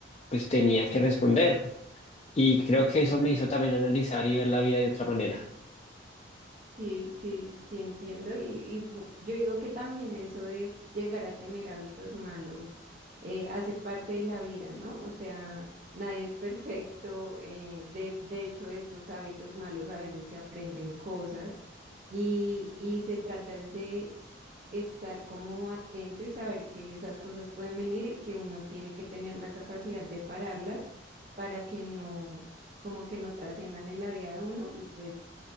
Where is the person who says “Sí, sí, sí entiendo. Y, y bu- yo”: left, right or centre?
Right